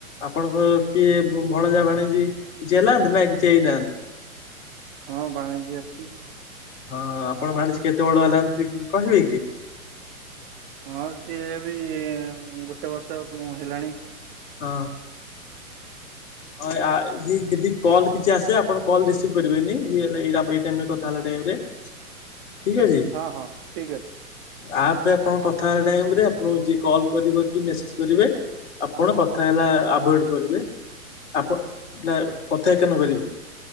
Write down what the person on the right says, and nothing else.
ହଁ ଭାଣିଜୀ ଅଛି।
ହଁ ସିଏ ବି ଗୋଟେ ବର୍ଷ ମୁଁ ହେଲାଣି।
ହଁ ହଁ ଠିକ ଅଛି।